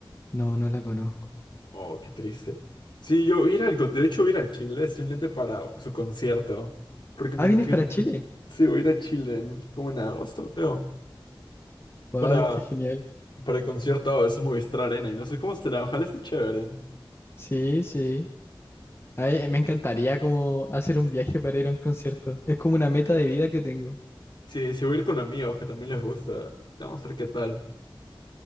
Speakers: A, on the left; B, on the left.
A: No, no la conozco.
B: Oh, qué triste. Sí, yo ir al, con- de hecho voy a ir a Chile simplemente para su concierto, porque
A: Ah,
B: me encanta.
A: ¿vienes para Chile?
B: Sí, voy a ir a Chile en- como en agosto, creo,
A: Wow,
B: para,
A: qué genial.
B: para el concierto Ado, es en Movistar Arena y no sé cómo será, ojalá esté chévere.
A: Sí, sí. Ay, me encantaría como hacer un viaje para ir a un concierto. Es como una meta de vida que tengo.
B: Sí, sí voy a ir con amigos que también les gusta. Vamos a ver qué tal.